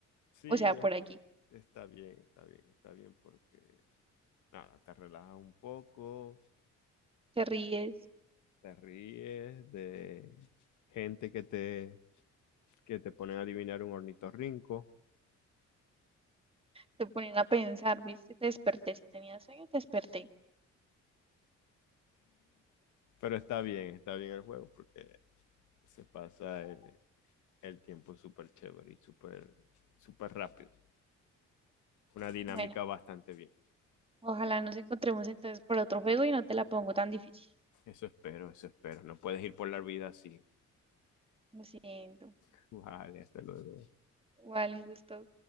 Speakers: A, on the left; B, on the right.
A: Sí,
B: O sea, por
A: es-
B: aquí.
A: está bien, está bien, está bien porque, nada, te relajas un poco,
B: ¿Te ríes?
A: te ríes de gente que te, que te ponen a adivinar un ornitorrinco.
B: te ponen a pensar, ¿viste? Te desperté, si tenías sueño, te desperté.
A: Pero está bien, está bien el juego porque se pasa el, el tiempo súper chévere y súper, súper rápido. Una dinámica
B: Bueno,
A: bastante bien.
B: ojalá nos encontremos entonces por otro juego y no te la pongo tan difícil.
A: Eso espero, eso espero. No puedes ir por la vida así.
B: Lo siento.
A: <laughs> Vale, hasta luego.
B: Igual un gusto.